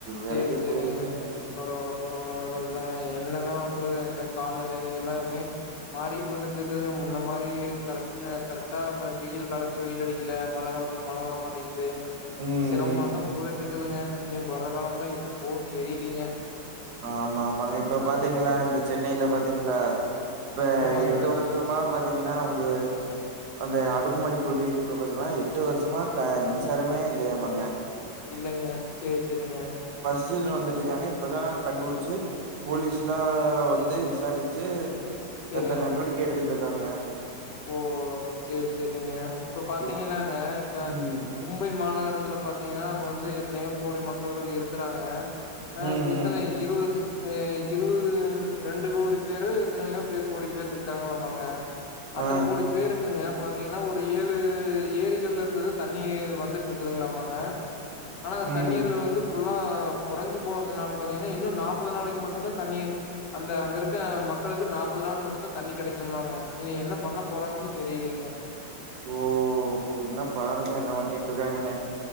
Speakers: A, on the left; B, on the right.
A: சேரி
B: வேலைக்கே
A: சேரிங்க
B: போயிருதுங்க
A: பரவால்ல பரவால் நல்லது அதாங்க என்னங்க பண்றது இந்த கால்நிலை எல்லாமே மாறிட்டு வந்துட்டு இருக்குதுங்க முன்ன மாரி கரெக் கரெக்டா வெயில் காலத்துல வெயில் அடிக்கல மழ காலத்துல மழ வரமாட்டெங்கிது
B: ம்
A: சிரமமாதா
B: ம்
A: போயிட்ருக்குதுங்க இனி வர காலம் லா எப்டி போகுன் தெரிலீங்க
B: ஆமா ஆமாங்க இப்ப பாத்தீங்களா இந்த சென்னைல பாத்தீங்களா இப்ப
A: ஆமாங்க
B: எட்டு வருஷமா பத் பாத்தீங்கன்னா உங்க அந்த அடுக்குமாடி குடியிருப்புல பாத்தீங்கன்னா எட்டு வருஷமா மின்சாரமே இல்லியாமுங்க
A: இல்லங்க சேர் சரிங்க
B: சீடுறோ வந்து இருக்கேங்க இப்பதா கண்டுபுடிச்சு போலீஸ்லாவந்து விசாரிச்சு
A: சேரிங்க
B: தக்க நடவடிக்கை எடுத்துட்டு ருக்காங்க
A: ஓ சேர் செரிங்க இப்ப பாத்தீங்கன்னாங்க
B: எப்
A: இப்ப
B: ம்
A: மும்பை மாநகரத்துல பாத்தீங்கன்னா சோ வந்து எத்தனையோ கோடி மக்கள்கள் இருக்குறாங்க ஆ
B: ம்
A: இத்தான
B: ம்
A: இருவது இருவது ரெண்டு கோடி பேரு எத்தனையோ பேர் கோடி பேரு இருக்காங்கிளாமாங்க அத்தன
B: ஆ
A: கோடி பேருக்குங்க பாத்தீங்கன்னா ஒரு ஏழு ஏரிகள்ல இருந்துது தண்ணி வந்துட்டு இருக்குதுங்கிளாமங்க ஆனா
B: ம்
A: தண்ணீர் வந்து ஃபுல்லா குறைஞ்சு போதுனால பாத்தீங்கன்னா இன்னு நாப்பது நாளைக்கு மட்டு தா தண்ணீர் அந்த அங்க இருக்க மக்களுக்கு நாப்பது நாள் மட்டுதா தண்ணி கெடைக்குமாங்க இனிமே என்ன பண்ண போறாங்கன்னு தெரிலிங்க
B: ஓ என்ன பாருங்க என்ன பண்ணிட்டு இருக்காங்கன்னு